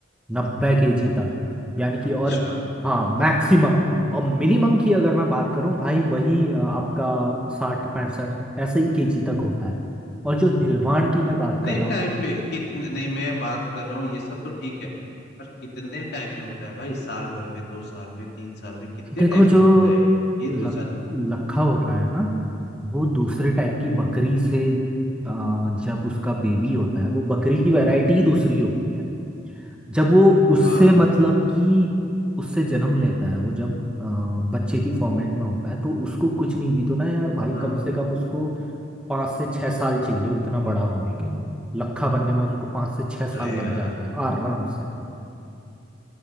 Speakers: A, in the centre; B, on the left (about 60°).
A: नब्बे के जी तक यानी कि
B: अच्छा
A: और हाँ मैक्सिमम और मिनिमम की अगर मैं बात करूं भाई वही अ, आपका साठ पैंसठ ऐसे ही केजी तक होता है और जो हिलवाड़ की मैं बात
B: कितने
A: कर रहा हूँ
B: टाइम पे कितने नहीं मैं बात कर रहा हूँ ये सब तो ठीक है पर कितने टाइम में होता है भाई साल भर में दो साल में तीन साल में कितने
A: देखो
B: टाइम
A: जो
B: में होता है ये ये तो
A: लक,
B: जान
A: लखा होता है ना वो दूसरे टाइप की बकरी से अ, जब उसका बेबी होता है वो बकरी की वैरायटी ही दूसरी होती है जब वो उससे
B: हाँ
A: मतलब कि उससे जन्म लेता है वो जब अ, बच्चे की फॉर्मेट में होता है तो उसको कुछ नहीं भी तो ना यार भाई
B: हाँ
A: कम से कम उसको पाँच से छः साल चाहिए उतना बड़ा होने के लिए लट्ठा बनने में उसको पाँच से छः साल
B: अरे
A: लग
B: यार
A: जाते हैं आराम से